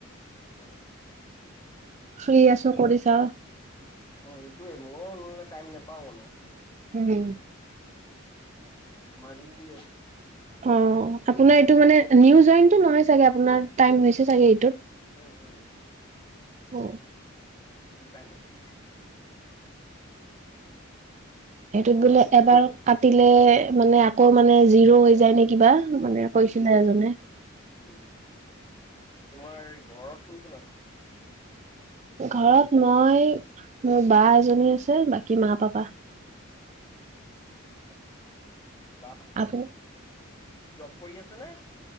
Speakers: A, on the left; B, on the right.
A: উম,
B: ফ্ৰী আছো কৰি চাও
A: অ সেইটোৱে মই মানে টাইম নাপা পাওঁ মানে,
B: উম,
A: মাজি <unintelligible>
B: অ আপোনাৰ এইটো মানে নিউ জইনটো নহয় চাগে আপোনাৰ। টাইম হৈছে চাগে
A: উম
B: এইটোত
A: উম উম
B: অ,
A: মোক তাই মাইছে। তাৰপিছত
B: সেইটোত বোলে এবাৰ। কাটিলে মানে আকৌ মানে জিৰো হৈ যায় নে কিবা মানে কৈছিলে এজনে।
A: উম তোমাৰ ঘৰত কোন কোন আছে
B: ঘৰত মই মোৰ বা এজনী আছে বাকী মা পাপা
A: <unintelligible> আা বাাপ
B: আপুনি
A: জব কৰি আছে নে